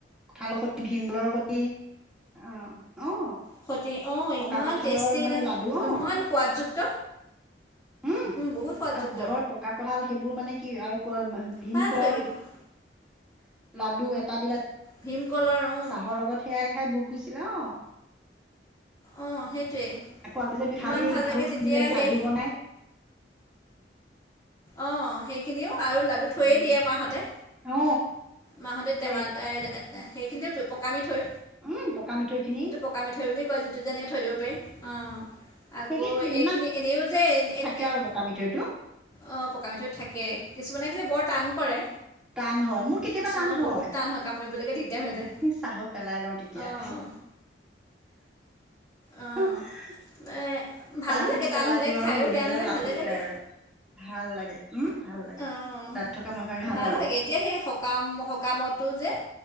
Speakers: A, in the centre; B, on the left.
A: কঠালৰ সতি <unintelligible> সতি আ অ
B: সতে অ
A: পকা
B: ইমান
A: কঁঠালৰ
B: টেষ্টি
A: মানে
B: ন
A: লাডু অ
B: ইমান সোৱাদযুক্ত।
A: উম,
B: বহুত সোৱাদযুক্ত
A: আউ ঘৰৰ পকা কঁঠাল সেইবোৰ মানে কি আৰু <unintelligible> ভীম
B: ভাল
A: <unintelligible>
B: লাগে ঘ-
A: লাডু এটা দিলা
B: ভীমকলৰ অ।
A: চাহৰ লগত সেয়াই খাই ভোক গুছিলে অ।
B: অ সেইটোৱে।
A: <inaudible>
B: ইমান ভাল
A: পিঠাগুড়ি
B: লাগে তেতিয়া
A: <inaudible> খুন্দিলে যে লাডু
B: সেই
A: বনাই
B: অ সেইখিনিও আৰু লাডু থৈয়েই
A: উম
B: দিয়ে মাহঁতে।
A: অ।
B: মাহঁতে টেমা
A: তে
B: এ- এ- সেইখিনিতে পকা মিথৈ।
A: উম, পকা মিঠৈ খিনি-
B: এইটো পকা মিঠৈ বুলি কয় যিটো এনেকে থৈ দিব পাৰি অঁ। আকৌ
A: সেইকেই কেইদিনমান
B: এইখিনি এনেইও যে এ-এ-এ-
A: থাকে আৰু পকা মিঠৈটো
B: অঁ, পকা মিঠৈ থাকে কিছুমানে খালি বৰ টান কৰে।
A: টান হয়, মোৰ- কেতিয়াবা
B: কিছুমানৰ
A: টান হয়
B: বহুত টান কামুৰিবলৈকে দিগদাৰ হৈ যায়
A: চাহত পেলাই লওঁ তেতিয়া।
B: অঁ
A: <unintelligible>
B: অঁ এ- ভালো
A: চাহ খিনিত
B: লাগে টান
A: পেলাই
B: হ'লে
A: দিওঁ আৰু
B: খায়ো
A: গলি
B: বেয়া
A: যায়
B: নালাগে
A: লওলি
B: ভালেই লাগে
A: যায় আৰু ভাল লাগে উম। ভাল লাগে
B: অঁ,
A: তাত থকা মানুহৰ কাৰণে
B: ভাল
A: আৰু
B: লাগে। এতিয়া সেই সকাম সকামতো যে-